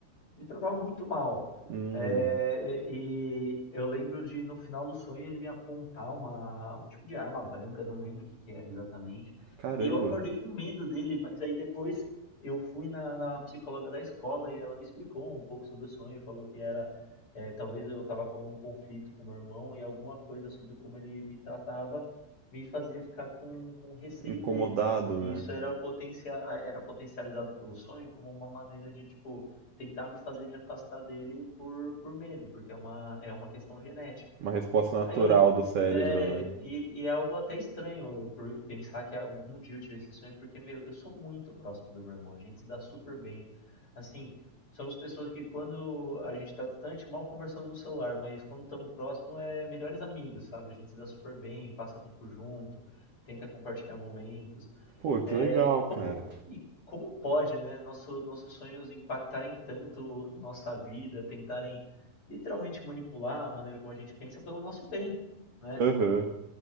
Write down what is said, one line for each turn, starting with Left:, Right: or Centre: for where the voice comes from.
Left: me tratava muito mal.
Right: Hum,
Left: É, e eu lembro de no final do sonho ele me apontar uma, um tipo de arma branca, não lembro o que que era exatamente.
Right: caramba.
Left: E eu acordei com medo dele, mas aí depois eu fui na, na psicóloga da escola e ela me explicou um pouco sobre o sonho e falou que era é, talvez eu estava com um conflito com meu irmão e alguma coisa sobre como ele me tratava me fazia ficar com, com receio
Right: Incomodado,
Left: dele. E
Right: né?
Left: isso era, potencia, era potencializado pelo sonho como uma maneira de, tipo, tentar me fazer me afastar dele por, por medo, porque é uma, é uma questão genética.
Right: Uma resposta natural
Left: Aí eu lembro.
Right: do cérebro,
Left: É,
Right: né?
Left: e, e é algo até estranho eu por pensar que algum dia eu tive esse sonho, porque, meu, eu sou muito próximo do meu irmão, a gente se dá super bem. Assim, somos pessoas que quando a gente tá distante, mal conversamos no celular, mas quando estamos próximos é melhores amigos, sabe? A gente se dá super bem, passa tempo junto, tenta compartilhar momentos.
Right: Pô, que
Left: É,
Right: legal,
Left: e como,
Right: cara.
Left: e como pode, né, nosso- nossos sonhos impactarem tanto nossa vida, tentarem literalmente manipular a maneira como a gente pensa pelo nosso bem, né?
Right: Aham.